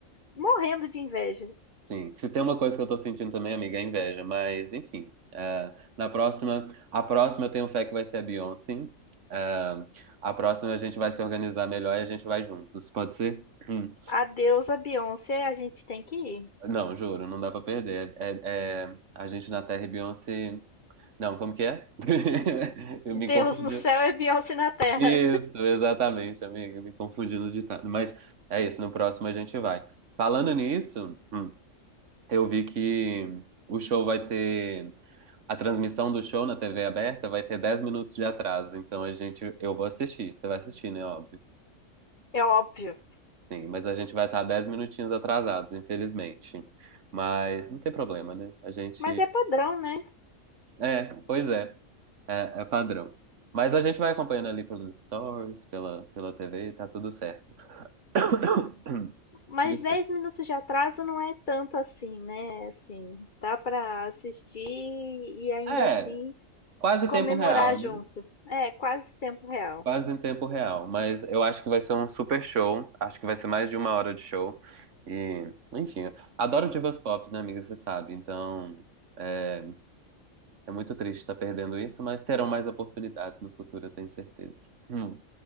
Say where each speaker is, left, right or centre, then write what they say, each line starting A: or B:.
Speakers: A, on the left; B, on the right.
A: morrendo de inveja.
B: Sim, se tem uma coisa que eu tô sentindo também, amiga, é inveja, mas enfim. é, na próxima, a próxima eu tenho fé que vai ser a Beyoncé. É, a próxima a gente vai se organizar melhor e a gente vai juntos, pode ser? Hum.
A: Adeus a Beyoncé, a gente tem que ir.
B: Não, juro, não dá pra perder. É, é- é a gente na Terra e Beyoncé. Não, como que é? <laughs> Eu me
A: Deus
B: confundi.
A: no céu é Beyoncé na terra.
B: Isso, exatamente, amiga, me confundi no ditado. Mas é isso, no próximo a gente vai. Falando nisso. hum, eu vi que o show vai ter. A transmissão do show na TV aberta vai ter 10 minutos de atraso. Então a gente. Eu vou assistir. Você vai assistir, né? Óbvio.
A: É óbvio.
B: Sim, mas a gente vai estar 10 minutinhos atrasados, infelizmente. Mas não tem problema, né? A gente.
A: Mas é padrão, né?
B: É, pois é. É, é padrão. Mas a gente vai acompanhando ali pelos stories, pela, pela TV, tá tudo certo. <coughs>
A: Mas
B: Desculpa.
A: 10 minutos de atraso não é tanto assim, né? Assim, dá pra assistir e ainda
B: É,
A: assim
B: quase
A: comemorar
B: tempo real,
A: junto.
B: né?
A: É, quase tempo real.
B: Quase em tempo real, mas eu acho que vai ser um super show. Acho que vai ser mais de uma hora de show. E, enfim, adoro divas pop, né, amiga? Você sabe. Então, é, é muito triste estar perdendo isso, mas terão mais oportunidades no futuro, eu tenho certeza. Hum,